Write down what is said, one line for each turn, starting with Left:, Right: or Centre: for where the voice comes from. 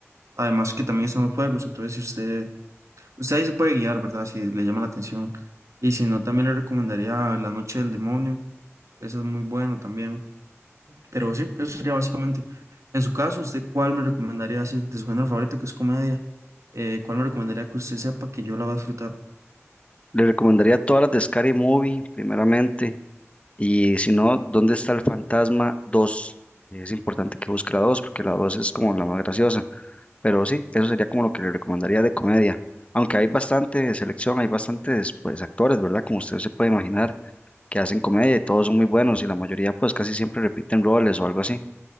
Right: Además que también están los juegos, entonces si usted Usted ahí se puede guiar, ¿verdad? Si le llama la atención. Y si no, también le recomendaría La Noche del Demonio. Esa es muy buena también. Pero sí, eso sería básicamente. En su caso, ¿usted cuál me recomendaría así? De su género favorito, que es comedia. eh, ¿cuál me recomendaría que usted sepa que yo la voy a disfrutar?
Left: Le recomendaría todas las de Scary Movie, primeramente. Y si no, ¿dónde está el fantasma dos? Es importante que busque la 2 porque la 2 es como la más graciosa. Pero sí, eso sería como lo que le recomendaría de comedia. Aunque hay bastante selección, hay bastantes pues actores, ¿verdad? Como usted se puede imaginar, que hacen comedia y todos son muy buenos y la mayoría pues casi siempre repiten roles o algo así.